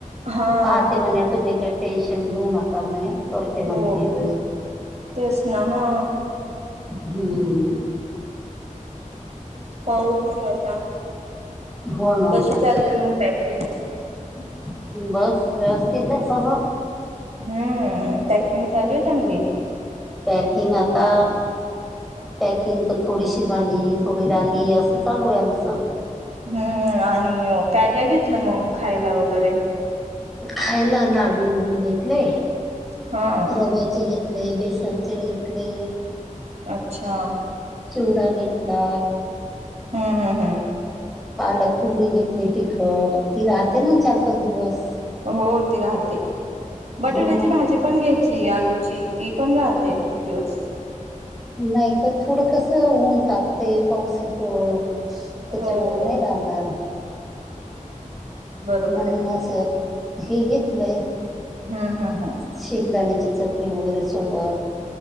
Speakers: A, on the right; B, in the centre.
A: हा
B: पाहते
A: मग
B: म्हणे,
A: काय
B: तुम्ही काही टेन्शन घेऊ नका म्हणे, करते म्हणे
A: हो
B: मी व्यवस्थित.
A: तेच ना, हा.
B: हम्म.
A: पाहू च मग आता.
B: हो ना,
A: कशी चालू आहे मग पॅकिंग?
B: बस, व्यवस्थित आहे सगळं.
A: हम्म. पॅकिंग चालू आहे चांगली.
B: पॅकिंग आता पॅकिंग तर थोडीशी झाली, थोडी ऱ्हाली असं चालू आहे आमचं
A: हम्म. आणि मग काय -काय घेतलं? मग खायला वगैरे.
B: खायला, लाडू घेतले,
A: हा
B: रव्याचे घेतले बेसन चे घेतले.
A: अच्छा.
B: चिवडा, घेतला.
A: हम हम हा.
B: पालकपुरी घेतली, तिखट. ती राहते ना, चार- पाच दिवस.
A: हो ती राहते. बटाट्याची
B: हा.
A: भाजी पण घ्यायची आलूची ती पण राहते खूप दिवस
B: नाही तर थोडं कसं ऊन तापते पावस येत त्याच्या
A: हो
B: मुळ नाही राहणार
A: बरोबर
B: म्हणून
A: आहे.
B: असं हेि घेतले
A: हम्म हम् हम
B: शेंगदाण्याची चटणी वगैरे सोबत